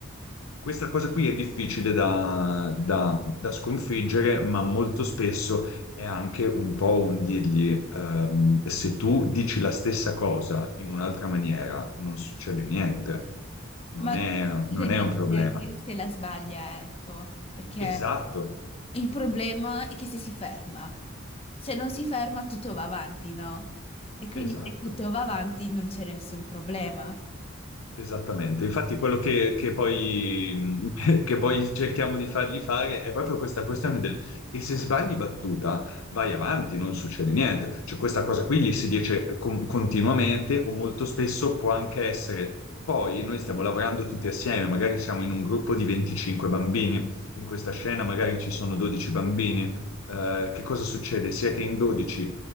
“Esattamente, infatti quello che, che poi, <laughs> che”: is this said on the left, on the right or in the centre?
Left